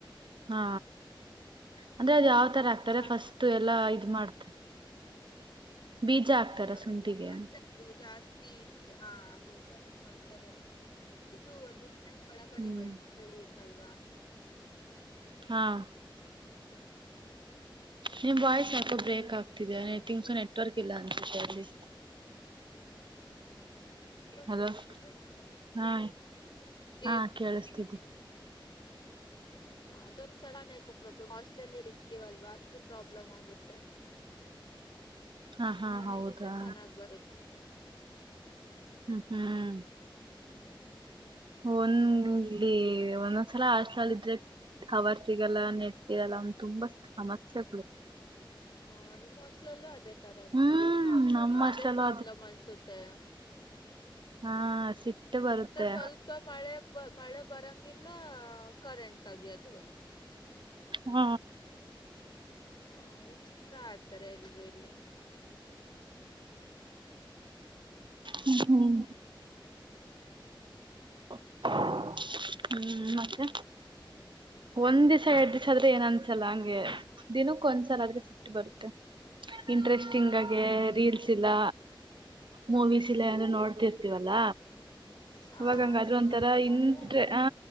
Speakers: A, on the right (about 65°); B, on the left (about 60°).
A: ಹಾ ಅಂದ್ರೆ ಅದು ಯಾವ ತರ
B: ಬಟ್
A: ಆಗ್ತಾರೆ
B: ಜಾಸ್ತಿ
A: ಫಸ್ಟ್ ಎಲ್ಲಾ ಇದು ಮಾಡ್ತಾರೆ ಬೀಜ ಹಾಕ್ತಾರ
B: ನಾನು
A: ಶುಂಠಿಗೆ
B: <unintelligible> ಜಾಸ್ತಿ ಹಾ ಬೀಜ ಹಾಕ್ತಾರೇನೊ ಇದು ಅದು ಹಣ್ಣ ಒಳಗಡೆ
A: ಹ್ಮ್
B: ಬೆಳ ಬೆಳೆಯುತ್ ತಲ್ವಾ
A: ಹಾಂ
B: <unintelligible>
A: ನಿಮ್ ವಾಯ್ಸ್ ಯಾಕೋ ಬ್ರೇಕ್ ಆಗ್ ತಿಗ
B: ನಾನು
A: ನೆಟ್ಟಿಂಗ್ಸ್
B: ಒಂದ್ಸಲ
A: ನೆಟ್ವರ್ಕ್ ಇಲ್ಲ ಅನ್ಸುತ್ತೆ ಅಲ್ಲಿ
B: ಹೌದಾ ಇವಾಗ
A: ಅಲೋ
B: ಕೇಳಿಸಿದನಾ
A: ಹಾ
B: ಕೇಳಿ
A: ಹಾ ಕೇಳಿಸ್ತಿದ್ದಿ
B: ಹಾ ಅದೊಂದ ಸಲ ನೆಟ್ವರ್ಕ್ ಪ್ರಾಬ್ಲ್ ಹಾಸ್ಟೆಲ್ ಹೇಳಿದ್ ಇರ್ತಿವಲ್ವಾ ಅದುಕು ಪ್ರಾಬ್ಲಮ್ ಆಗುತ್ತೆ
A: ಹಾ ಹಾ
B: ಮನೇಲಿದ್ರೆ
A: ಹೌದಾ
B: ಚೆನಾಗ್ ಬರುತ್ತೆ.
A: ಹ್ಮ್ ಹ್ಮ್
B: ಹ್ಮ್
A: ಒಂದ್ ಇಲ್ಲಿ ಒಂದೊಂದ್ಸಲ ಹಾಸ್ಟೆಲ್ಲ್ ಇದ್ರೆ ಕವರ್ಸ್ ಸಿಗಲ್ಲ ನೆಟ್ ಇರಲ್ಲ ಒನ್ ತುಂಬಾ ಸಮಸ್ಯೆಗಳು
B: ಹ್ಮ್ ನಿಮ್ ಹಾಸ್ಟಲ್ ಲೂ ಅದೇ ತರನ
A: ಹ್ಮ್
B: ಎಲ್ಲ
A: ನಮ್ಮ ಹಾಸ್ಟೆಲ್
B: ಅದೇ ಪ್ರಬ್ಲಮ್ ಅನ್ಸುತ್ತೆ
A: ಹಾ ಸಿಟ್ಟು ಬರುತ್ತೆ.
B: ಮತ್ತೆ ಸಲ್ಪ ಮಳೆ ಬರಂಗ್ ಎಲ್ಲಾ ಕರೆಂಟ್ ಆಗಿ ಅದು
A: ಹ್ಮ
B: ಹ್ಮ ವಿಚಿತ್ರ ಆಡ್ತಾರೆ ಎಲ್ರು ಇಲ್ಲಿ.
A: ಹ್ಮ ಹ್ಮ್ <inaudible> ಹ್ಮ್ ಮತ್ತೆ ಒಂದಿಸ್ ಏರಡುದಿವಸದ್ರು ಏನ್ ಅನ್ಸಲ್ಲ, ಹಂಗ್ ಹಾಗೆ, ದಿನಕ್ ಒಂದ್ಸಲ ಆದ್ರೆ ಸಿಟ್ ಬರುತ್ತೆ. ಇಂಟ್ರೆಸ್ಟಿಂಗ್
B: ಹ್ಮ್
A: ಆಗೆ ರೀಲ್ಸ್ ಇಲ್ಲ, ಮೂವೀಸ್. ಇಲ್ಲ ಅಂದ್ರೆ ನೋಡ್ತಿರ್ತೀವಲ್ಲ.
B: ಹಾ
A: ಅವಾಗಂಗ ಅದ್ರೊಂರ
B: ನೆಟ್ವರ್ಕ್ ಇಲ್ಲಾಂದ್ರೆ
A: ಇಂಟ್ರೆ ಆ